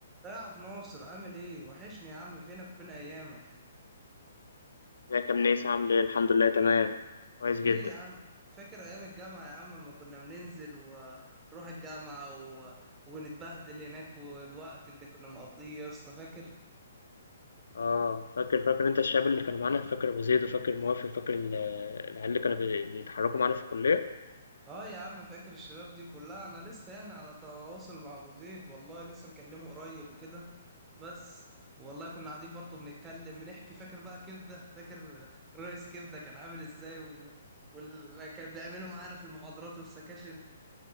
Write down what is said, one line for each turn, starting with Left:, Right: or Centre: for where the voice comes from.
Right: إيه يا عبد ناصر عامل ايه وحشني يا عم فينك وفين ايامك
Left: ازيك يا منيس عامل ايه الحمد لله تمام كويس
Right: ايه
Left: جدا
Right: يا عم فاكر ايام الجامعه يا عم لما كنا بننزل ونروح الجامعه و... ونتبهدل هناك والوقت اللي كنا بنقضيه يا اسطى فاكر
Left: اه فاكر فاكر انت الشباب اللي كانوا معانا فاكر ابو زيد وفاكر موافي فاكر ال- العيال اللي كانوا بي- بيتحركوا معانا في الكليه
Right: اه يا عم فاكر الشباب دي كلها انا لسه يعني على تواصل مع ابو زيد والله لسه مكلمه قريب وكده بس والله كنا قاعدين برضه بنتكلم بنحكي فاكر بقى كبده فاكر رئيس كبده كان عامل ازاي و... واللي كان بيعمله معانا في المحاضرات والسكاشن